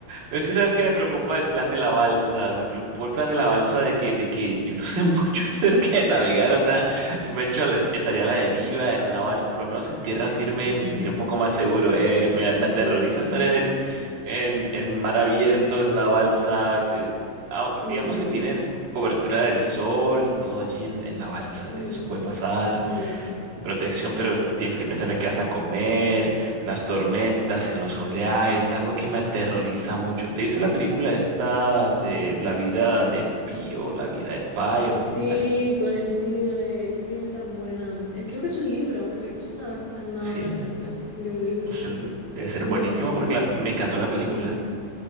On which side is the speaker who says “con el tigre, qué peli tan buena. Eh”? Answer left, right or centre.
Left